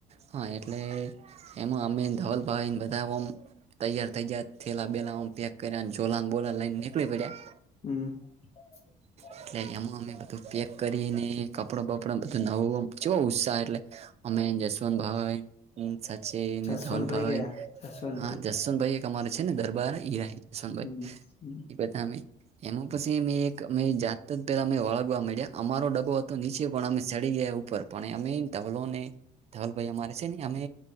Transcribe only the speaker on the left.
<inaudible>
જસવંતભાઈ
ગયા જસવંતભાઈ
હમ હમ